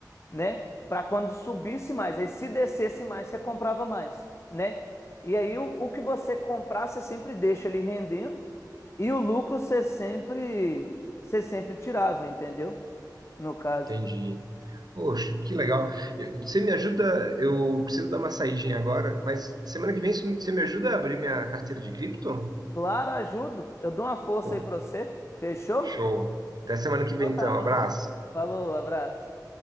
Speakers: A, on the left; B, on the right.
A: né? Para quando subisse mais. Aí se descesse mais, você comprava mais, né? E aí o, o que você comprar, você sempre deixa ali rendendo e o lucro você sempre você sempre tirava, entendeu? No caso.
B: entendi. poxa que legal. Eu- Você me ajuda? Eu preciso dar uma saidinha agora, mas semana que vem você me ajuda a abrir minha carteira de cripto?
A: Claro, ajudo. Eu dou uma força
B: Pô,
A: aí para você. Fechou?
B: show. Até semana
A: Então
B: que vem
A: tá
B: então.
A: bom.
B: Abraço.
A: Falou, abraço.